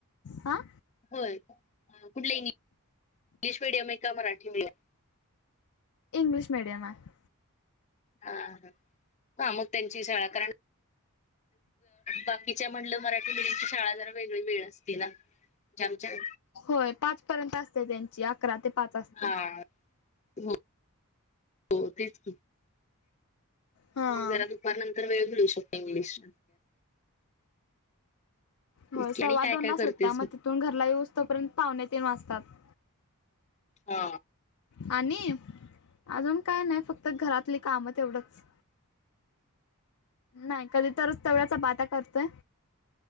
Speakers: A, on the left (about 80°); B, on the left (about 30°).
A: हां
B: हो गुडि इंग्लिश मीडियम आहे का मराठी मीडियम
A: इंग्लिश मीडिमात
B: हा ह हा मग त्यांची शाळा कार बाकीच्या म्हलं मराठी मुची शाळा जरा वेगळी वेळ असते ना जमच्या
A: होय पाच पर्यंत असते त्यांची अकरा ते पाच असते
B: हा हो हो तेच
A: हा.
B: घरात उपारल्यांतर वेळ घळू शकते इंग्लिश
A: हो
B: की.
A: सव्वा
B: आणि काय
A: दोन
B: काय
A: वाास
B: करतेस
A: होटत्या मग तिथून घरला येऊस तोपर्यंत पाहणे तीन वाजता सात
B: हा
A: आणि अजून काय नाही फक्त घरातले काम तेवढंच नाही कधी तरच तेवढ्याच बाटा करतोय